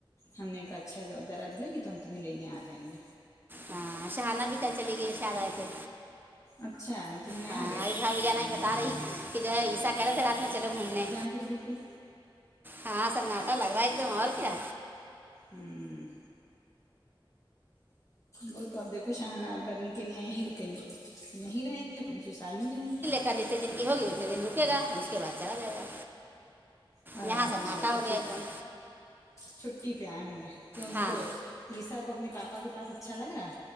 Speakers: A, on the left; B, on the right.
A: ہم نے کا اچھا درد ہوئے گی تو ہم تمہیں لینے آ جائیں گے
B: ہاں شہانہ بھی کل چلیے گئی شاید آئے تھے
A: اچھا ان کے یہاں
B: ہاں
A: آ گئے
B: آئی بھا بھی جانا ہی بتا رہی کہ جو ہے عشا کہہ رہے تھے رات میں چل گھومنے
A: جی بالکل
B: ہاں سناٹا لگ رہا ہے ایک دم اور کیا
A: ہوں وہ تو اپ دیکھو شاہانہ اگر ان کے میاں یہیں رکیں گے تو یہیں رہیں گی سسرال ہی میں رہیں گی
B: کا جتنے دن کی ہوگی اتنے دن رکے گا اس کے بعد چلا جائے گا
A: اچھا
B: یہاں سناٹا
A: اچھا
B: ہو گیا
A: چٹھ
B: ایک دم
A: چھٹی پہ آئے ہوں گے تو ان
B: ہاں
A: کو عیسا کو اپنے پاپا کے پاس اچھا لگ رہا